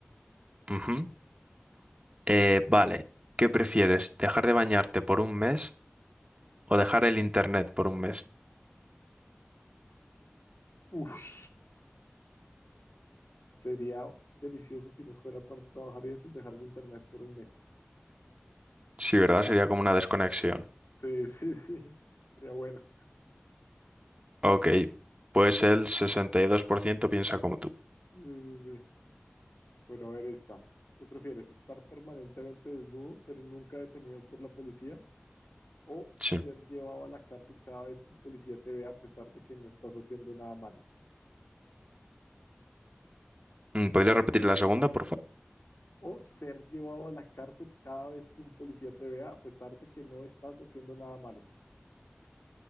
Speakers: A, on the right (about 30°); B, on the left (about 80°).
A: Ujú. Eh, vale, ¿qué prefieres? ¿Dejar de bañarte por un mes o dejar el internet por un mes?
B: Uf. Sería delicioso si no fuera para trabajar y eso, dejar el internet por un mes.
A: Sí, ¿verdad? Sería como una desconexión.
B: Sí, <laughs> sí, sí. Sería bueno.
A: Ok, pues el 62% piensa como tú.
B: Sí, sí, sí. Bueno, a ver esta. ¿Qué prefieres? ¿Estar permanentemente desnudo, pero nunca detenido por la policía? ¿O ser
A: Sí.
B: llevado a la cárcel cada vez que un policía te vea a pesar de que no estás haciendo nada malo?
A: Mm, ¿Podría repetir la segunda, por favor?
B: ¿O ser llevado a la cárcel cada vez que un policía te vea a pesar de que no estás haciendo nada malo?